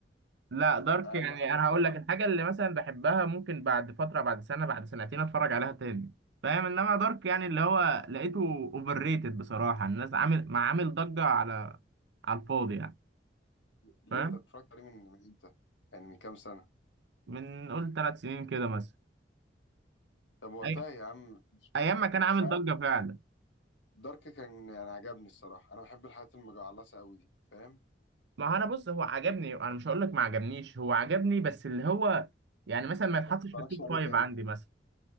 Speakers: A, on the right (about 70°); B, on the left (about 80°).
A: لا دارك
B: اقل
A: يعني
B: حاجه
A: انا
B: في
A: هقول
B: دارك
A: لك الحاجه اللي مثلا بحبها ممكن بعد فتره بعد سنه بعد سنتين اتفرج عليها تاني فاهم انما دارك يعني اللي هو لقيته اوفر ريتد بصراحه الناس عامل ما عامل ضجه على على الفاضي يعني
B: ليه
A: فاهم
B: انت اتفرجت عليه من من امتى يعني من كام سنه
A: من قول ثلاث سنين كده مثلا
B: طب وقتها
A: أي...
B: يا عم
A: ايام ما كان عامل
B: مش عارف
A: ضجه فعلا
B: دارك كان يعني عجبني الصراحة أنا بحب الحاجات المجعلصة أوي دي فاهم
A: ما هو انا بص هو عجبني انا مش هقول لك ما عجبنيش هو عجبني بس اللي هو يعني مثلا ما يتحطش
B: ما تتفرجش
A: في التوب
B: عليه
A: فايف
B: تاني
A: عندي مثلا